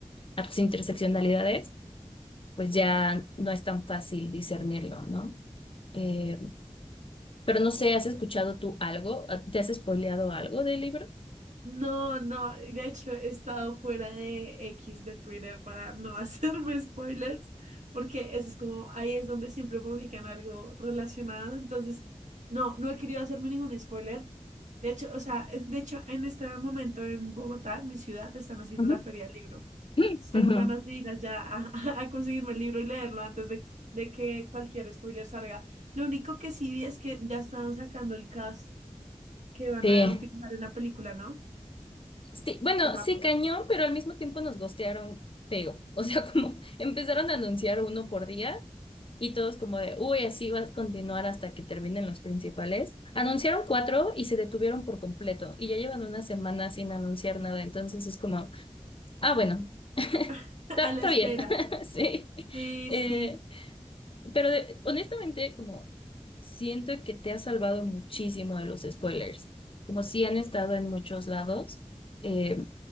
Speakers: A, on the left; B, on the right.
A: a tus interseccionalidades pues ya no es tan fácil discernirlo, ¿no? Eh, pero no sé, ¿has escuchado tú algo? Ah, ¿Te has spoileado algo del libro?
B: No, no, de hecho he estado fuera de X de Twitter para no <laughs> hacerme spoilers, porque eso es como, ahí es donde siempre publican algo relacionado, entonces no, no he querido hacerme ningún spoiler. De hecho, o sea, es- de hecho en este momento en Bogotá, en mi ciudad, están haciendo
A: Ujú.
B: la feria del libro.
A: <laughs>
B: Entonces, tengo
A: Ujú.
B: ganas de ir allá a, <laughs> a conseguirme el libro y leerlo antes de, de que cualquier spoiler salga. Lo único que sí vi es que ya están sacando el cast que van
A: Sí,
B: a utilizar en la película, ¿no?
A: sí, bueno,
B: Fue rápido.
A: sí, cañón, pero al mismo tiempo nos gostearon feo. <laughs> O sea, como <laughs> empezaron a anunciar uno por día y todos como de, uy, así va a continuar hasta que terminen los principales. Anunciaron cuatro y se detuvieron por completo y ya llevan una semana sin anunciar nada. Entonces es como, ah, bueno,
B: <laughs>
A: Está,
B: A la
A: está
B: espera.
A: bien, <laughs> sí.
B: Sí,
A: Eh,
B: sí.
A: pero de- honestamente, como siento que te ha salvado muchísimo de los spoilers, como si han estado en muchos lados, eh,